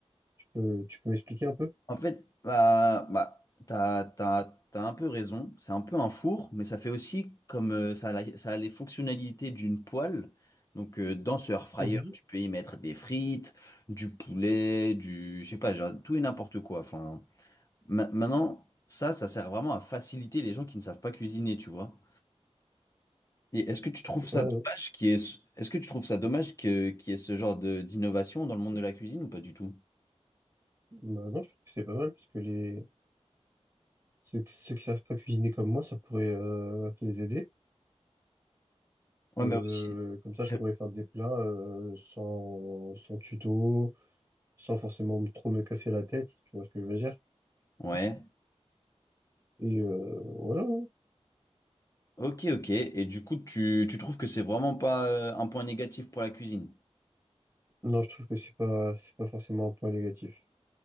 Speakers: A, on the right; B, on the left.
A: Tu peux, tu peux m'expliquer un peu?
B: En fait, bah, bah, t'as, t'as- t'as un peu raison. C'est un peu un four, mais ça fait aussi comme euh, ça, a la- ça a les fonctionnalités d'une poêle. Donc, euh, dans ce air fryer,
A: Mhm.
B: tu peux y mettre des frites, du poulet, du, je sais pas, genre, tout et n'importe quoi. Enfin, Ma- Maintenant, ça, ça sert vraiment à faciliter les gens qui ne savent pas cuisiner, tu vois. Et est-ce que tu trouves ça
A: Ouais,
B: dommage
A: ouais.
B: qu'il y ait ce... est-ce que tu trouves ça dommage que qu'il y ait ce genre de d'innovation dans le monde de la cuisine ou pas du tout?
A: Bah non, je trouve que c'est pas mal parce que les ceux, qui- ceux qui savent pas cuisiner comme moi, ça pourrait euh, les aider.
B: Ouais,
A: Euh,
B: mais aussi.
A: comme ça,
B: je-
A: je pourrais faire des plats euh, sans, sans tuto, sans forcément me- trop me casser la tête, tu vois ce que je veux dire?
B: Ouais.
A: Et euh, voilà. hein.
B: Ok, ok. Et du coup, tu, tu trouves que c'est vraiment pas euh, un point négatif pour la cuisine?
A: Non, je trouve que c'est pas, c'est pas forcément un point négatif.